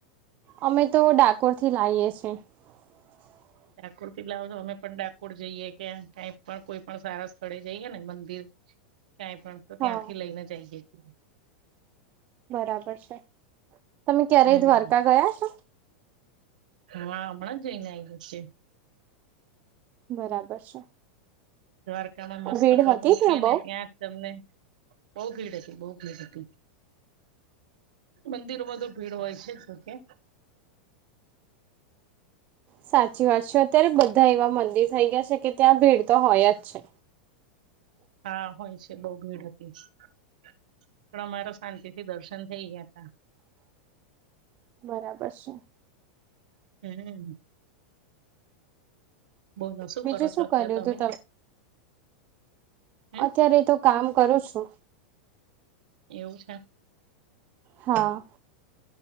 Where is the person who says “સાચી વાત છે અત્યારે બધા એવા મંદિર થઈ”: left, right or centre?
Right